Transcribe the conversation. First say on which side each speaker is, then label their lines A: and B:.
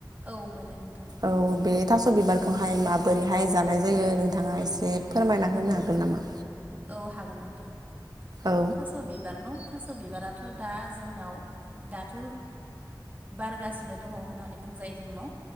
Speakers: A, on the right; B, on the right.
A: औ मोनो नोंथां।
B: औ बे थास' बिबारखौहाय माबोरैहाय जानाय जायो नोंथाङा एसे फोरमायना होनो हागोन नामा?
A: औ हागोन नोंथां
B: औ
A: थास' बिबार न' थास' बिबाराथ' दा जोंनाव दाथ' बारगासिनो दङ' होननानै बुंजायो जोंनाव।